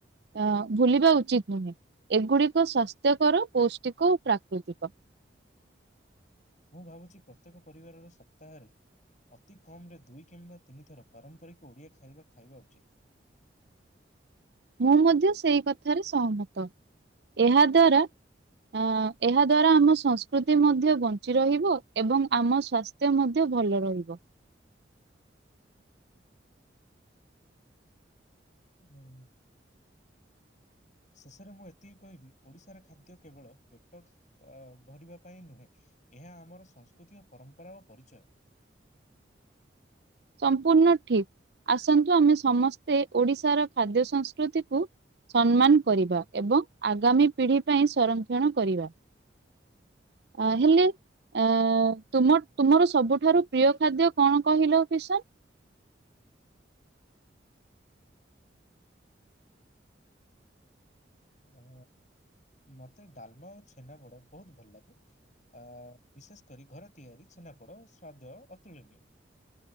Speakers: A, on the right (about 60°); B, on the left (about 40°).
A: ଅ, ଭୁଲିବା ଉଚିତ ନୁହେଁ। ଏଗୁଡିକ ସ୍ୱାସ୍ଥ୍ୟକର, ପୌଷ୍ଟିକ ଓ ପ୍ରାକୃତିକ।
B: ମୁଁ ଭାବୁଛି ପ୍ରତ୍ୟେକ ପରିବାରର ସପ୍ତାହରେ ଅତି କମ୍ ରେ ଦୁଇ କିମ୍ବା ତିନି ଥର ପାରମ୍ପରିକ ଓଡ଼ିଆ ଖାଇବା ଖାଇବା ଉଚିତ୍।
A: ମୁଁ ମଧ୍ୟ ସେଇ କଥାରେ ସହମତ। ଏହା ଦ୍ଵାରା ଅ, ଏହା ଦ୍ଵାରା ଆମ ସଂସ୍କୃତି ମଧ୍ୟ ବଞ୍ଚି ରହିବ ଏବଂ ଆମ ସ୍ବାସ୍ ସ୍ଥ୍ୟ ମଧ୍ୟ ଭଲ ରହିବ।
B: ଜାନି। ଶେଷରେ ମୁଁ ଏତିକି କହିବି ଓଡିଶାର ଖାଦ୍ୟ କେବଳ ପେଟ ଅ, ଭରିବା ପାଇଁ ନୁହେଁ। ଏହା ଆମର ସଂସ୍କୃତି ଓ ପରମ୍ପରା ଓ ପରିଚୟ।
A: ସମ୍ପୂର୍ଣ ଠିକ, ଆସନ୍ତୁ ଆମେ ସମସ୍ତେ ଓଡିଶାର ଖାଦ୍ୟ ସଂସ୍କୃତି କୁ ସମ୍ମାନ କରିବା ଏବଂ ଆଗାମୀ ପିଢ଼ି ପାଇଁ ସଂରକ୍ଷଣ କରିବା। ଅ, ହେଲେ ଅ, ତୁମ ତୁମର ସବୁଠାରୁ ପ୍ରିୟ ଖାଦ୍ୟ କଣ କହିଲ କିଶନ?
B: ଅ, ମୋତେ ଡାଲମା ଆଉ ଛେନାପୋଡ ବହୁତ ଭଲ ଲାଗେ। ଆ, ବିଶେଷ କରି ଘର ତିଆରି ଛେନାପୋଡ଼ ସ୍ୱାଦ ଅତୁଳନୀୟ।